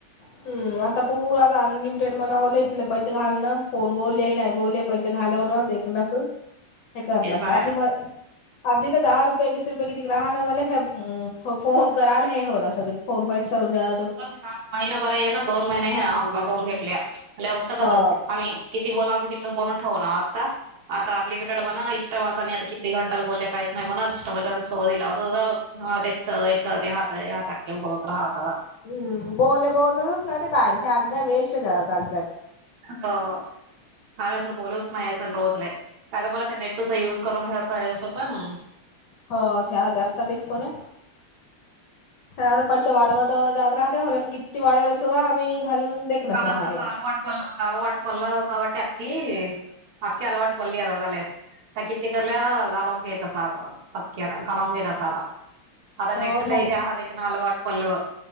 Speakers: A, on the left; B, on the right.
A: हम् आता पूर्ण आता अनलिमिटेड म्हणा होईल इथले पैसे घालण फोन बोलले नाही बोल. पैसे घालवण देखणस हे करणारस
B: हेच आहे
A: आधी म. आधी तर दहा रुपये वीस रुपये किती ग राहाला मला फोन कराल हे होणार फोन पैसे. सरून द्या
B: पण खास महिनाभर आहे ना दोन महिने्या हे ना ह मागवून घेतल्या. <unintelligible> चे
A: हो
B: आम्ही किती बोलाव की ति बरवून ठेवणार ना आता. आता अनलिमिटेड म्हणा इंस्टा वाचा आणि आता किती घंटाला बोलल्या काहीच नाही म्हणा इ <unintelligible> सो दिला हो. हा तेचच ते ह हा चकम बोलत राहत.
A: हम् बोल बोलतस नाही ते काय नाही अग वेस्ट जाते
B: ह कावे असल बोलूस नाही आहे असल रोजले. काय तर बला त्या नेट तूस युज करून घसं सोप पण.
A: हो त्या त्याचा डिस्पोन. आता पैसे वाढव तर जात राहते किती वाढव असो काा आम्ही घालून. देखनच
B: आता
A: राहते
B: कसाल वाटत. प अलवाट पल्ला काबटी अकी अकी अलवाट पल्ली <unintelligible> या त किती करल्या गालाव घेत साध पक गालाव घेत साध. <unintelligible> आता
A: हो
B: नेटला
A: घाल
B: ते ह. लं वाटपलं